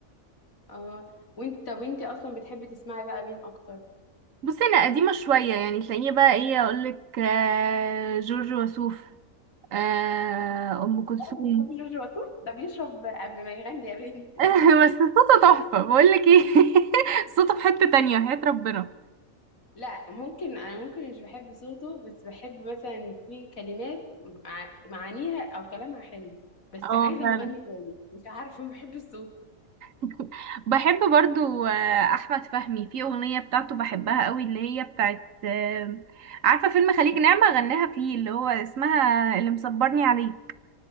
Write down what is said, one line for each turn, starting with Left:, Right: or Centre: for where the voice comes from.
Left: اه وانت وانت اصلا بتحبي تسمعي بقى مين اكتر
Right: بصي انا قديمه شويه يعني تلاقيني بقى ايه اقولك آه، جورج وسوف آه، ام كلثوم
Left: اه بتحبي جورج وسوف ده بيشرب قبل ما يغني يا بنتي
Right: <laughs> بس صوته تحفه بقولك ايه <laughs> صوته في حته تانية حياة ربنا
Left: <laughs> لا ممكن انا ممكن مش بحب صوته بس بحب مثلا في كلمات مع- معانيها او كلامها حلو بس
Right: اه
Left: عايزه
Right: فعلا
Left: مغني تاني مش عارفه ما بحب صوته
Right: <laughs> بحب برضو آه، احمد فهمي في اغنيه بتاعته بحبها قوي اللي هي بتاعت آه، عارفه فيلم خليج نعمه غناها فيه اللي هو اسمها اللي مصبرني عليه